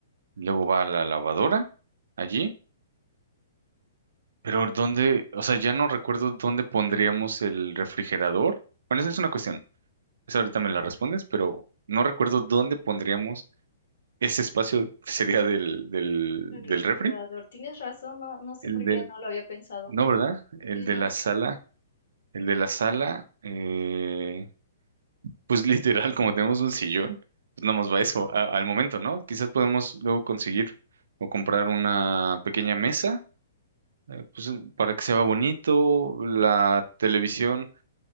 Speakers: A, on the right (about 75°); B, on the left (about 85°).
A: luego va a la lavadora allí, pero
B: Ujú,
A: ¿dónde? O sea, ya no recuerdo dónde pondríamos el refrigerador. Bueno, esa es una cuestión, esa ahorita me la respondes, pero no recuerdo dónde pondríamos ese espacio, que sería del, del,
B: El refrigerador.
A: del refri,
B: Tienes razón, no, no sé
A: el
B: por
A: del,
B: qué no lo había pensado.
A: no, ¿verdad? El
B: Sí, no.
A: de la sala, el de la sala, eh, Pues <laughs> literal, como tenemos un sillón, pues nada más va eso, a- al momento, ¿no? Quizás podemos luego conseguir o comprar una pequeña mesa, eh, pues para que se vea bonito, la televisión,